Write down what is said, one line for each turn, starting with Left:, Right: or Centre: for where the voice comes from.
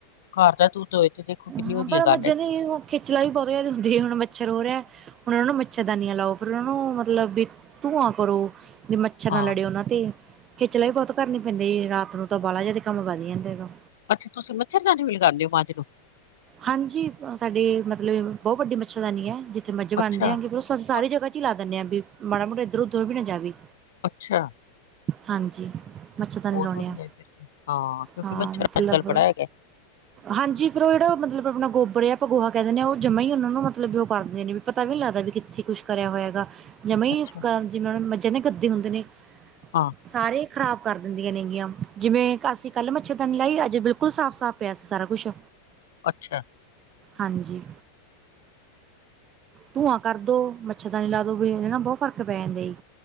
Left: ਘਰ ਦਾ ਦੂਧ ਹੋਵੇ ਤੇ ਦੇਖੋ ਕਿੰਨੀ
Right: ਹਾਂ
Left: ਵਧੀਆ
Right: ਪਰ ਮੱਝਾਂ
Left: ਗੱਲ ਹੈਗੀ
Right: ਦੀ ਖੇਚਲਾ ਵੀ ਬਹੁਤ ਜਾਦਾ ਹੁੰਦੀ ਹੁਣ ਮਛਰ ਹੋ ਰਿਹੈ। ਹੁਣ ਉਹਨਾ ਨੂੰ ਮੱਛਰਦਾਨੀਆਂ ਲਾਓ ਫਿਰ ਉਹਨਾਂ ਨੂੰ ਮਤਲਬ ਵੀ ਧੂੰਆਂ ਕਰੋ ਵੀ ਮੱਛਰ
Left: ਹਾਂ,
Right: ਨਾਲ ਲੜੇ ਉਹਨਾਂ ਤੇ- ਖੇਚਲਾ ਵੀ ਬਹੁਤ ਕਰਨੀ ਪੈਦੀ ਹੈ, ਜ ਰਾਤ ਨੂੰ ਤਾਂ ਬਾਹਲਾ ਜਾਦਾ ਕੰਮ ਵਧ ਜਾਂਦਾ ਹੈਗਾ।
Left: ਅੱਛਾ! ਤੁਸੀਂ ਮੱਛਰਦਾਨੀ ਵੀ ਲਗਾਂਦੇ ਆ ਮੱਝ ਨੂੰ।
Right: ਹਾਂਜੀ ਸਾਡੇ ਮਤਲਬ ਬਹੁਤ ਵਡੀ ਮੱਛਰਦਾਨੀ ਐ, ਜਿਥੇ ਮੱਝ ਬਨਦੇ
Left: ਅੱਛਾ,
Right: ਆਗੇ ਸ ਸਾਰੀ
Left: ਅ-
Right: ਜਗ੍ਹਾ 'ਚ ਲਾ ਦਿੰਦੇ ਆ ਵੀ ਮਾੜਾ-ਮੋਟਾ ਇਧਰ ਉਧਰ ਵੀ ਨਾ ਜਾਵੇ
Left: ਅੱਛਾ!
Right: ਹਾਂਜੀ ਮੱਛਰਦਾਨੀ
Left: ਬਹੁਤ
Right: ਲੋਨੇ
Left: ਵਧੀਆ
Right: ਆ
Left: ਹੈ ਫਿਰ ਤੇ ਹਾਂ ਕਿਉਂਕਿ
Right: ਹਾਂ
Left: ਮੱਛਰ
Right: ਮਤਲਬ-
Left: ਅੱਜ-ਕੱਲ ਬੜਾ ਹੈਗਾ।
Right: ਹਾਂਜੀ ਫਰੋਇਡੋ <unintelligible> ਮਤਲਬ ਆਪਣਾ ਗੋਬਰ ਜਾ ਆਪਾ ਗੋਹਾ ਕਹਿ ਦਿੰਦੇ ਆ ਉਹ ਜਮਾ ਹੀ ਉਹਨਾ ਨੂੰ ਮਤਲਬ ਜੋ ਉਹ ਕਰਦੇ ਨੇ ਵੀ ਪਤਾ ਵੀ ਨੀ ਕਿਤੇ ਇਥੇ ਕੁਛ ਕਰਿਆ ਹੋਇਆ ਹੈਗਾ ਜਮਾਂ ਈ
Left: ਅੱਛਾ,
Right: ਜਿਵੇ ਮੱਝਾਂ ਦੇ ਗੱਦੇ ਹੁੰਦੇ ਨੇ
Left: ਆ।
Right: ਸਾਰੇ ਖਰਾਬ ਕਰ ਦਿੰਦੀਆਂ ਨੇਗੀਆਂ, ਜਿਵੇ ਅਸੀ ਕਲ ਮੱਛਰਦਾਨੀ ਲਾਈ ਅਜ ਬਿਲਕੁਲ ਸਾਫ਼- ਸਾਫ਼ ਪਿਆ ਸਾਰਾ ਕੁਛ-
Left: ਅਛਾ-
Right: ਹਾਂਜੀ- ਧੂੰਆਂ ਕਰ ਦੋ ਮੱਛਰਦਾਨੀ ਲਾ ਦੋ ਵੀ ਨਾ ਬਹੁਤ ਫ਼ਰਕ ਪੈ ਜਾਂਦਾ ਜੀ।